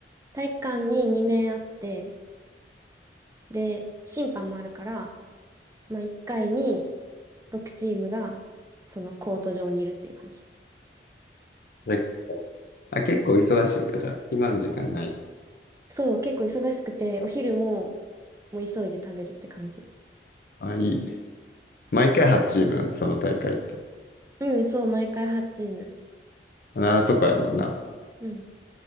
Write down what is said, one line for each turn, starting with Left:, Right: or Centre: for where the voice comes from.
Right: 体育館に2名あって、で、審判もあるから、まあ、1回に6チームが、そのコート上にいるっていう感じ。
Left: じゃあ、結構忙しいか、じゃあ。今の時間ない。
Right: そう、結構忙しくて、お昼も、もう急いで食べるって感じ。
Left: あ、いいね。毎回8チームその大会って。
Right: うん、そう、毎回8チーム。
Left: あ、そこやもんな。
Right: うん。